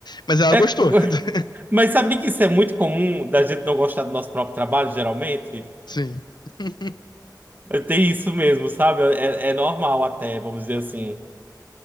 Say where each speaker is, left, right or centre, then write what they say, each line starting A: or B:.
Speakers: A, on the left; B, on the right.
A: Mas ela
B: É,
A: gostou. <laughs>
B: mas sabia que isso é muito comum da gente não gostar do nosso próprio trabalho, geralmente?
A: Sim. <laughs>
B: Tem isso mesmo, sabe? É, é normal até, vamos dizer assim.